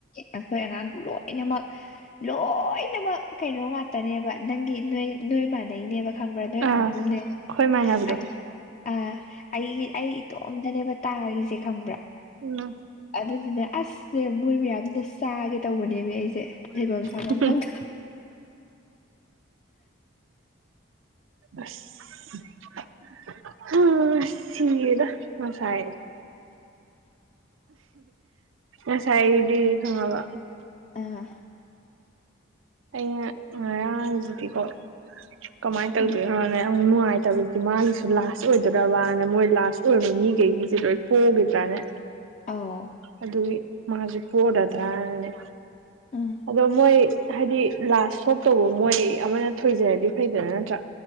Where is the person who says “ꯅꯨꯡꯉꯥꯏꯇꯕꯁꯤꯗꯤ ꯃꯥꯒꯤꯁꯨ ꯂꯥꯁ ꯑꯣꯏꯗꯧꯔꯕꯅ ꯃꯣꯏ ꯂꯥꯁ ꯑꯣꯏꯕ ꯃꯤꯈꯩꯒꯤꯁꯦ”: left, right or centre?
Right